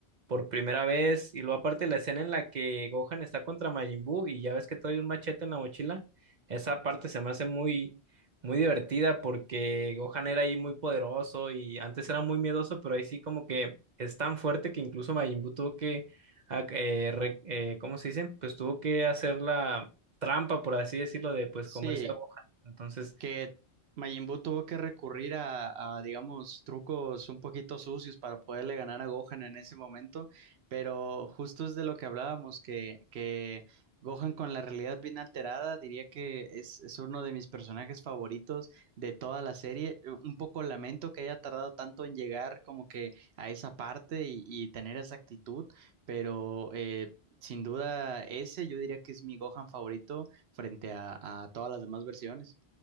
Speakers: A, on the right (about 50°); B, on the right (about 75°).
A: por primera vez y luego aparte la escena en la que Gohan está contra Majin Buu y ya ves que trae un machete en la mochila, esa parte se me hace muy muy divertida porque Gohan era ahí muy poderoso y antes era muy miedoso, pero ahí sí como que es tan fuerte que incluso Majin Buu tuvo que ah, eh, re- eh, ¿cómo se dice? Pues tuvo que hacer la trampa, por así decirlo, de pues
B: Sí,
A: comerse a Gohan. Entonces
B: que Majin Buu tuvo que recurrir a, a, digamos, trucos un poquito sucios para poderle ganar a Gohan en ese momento, pero justo es de lo que hablábamos, que, que Gohan con la realidad bien alterada, diría que es, es uno de mis personajes favoritos de toda la serie. Eh, Un poco lamento que haya tardado tanto en llegar como que a esa parte y, y tener esa actitud, pero... eh, Sin duda, ese yo diría que es mi Gohan favorito frente a a todas las demás versiones.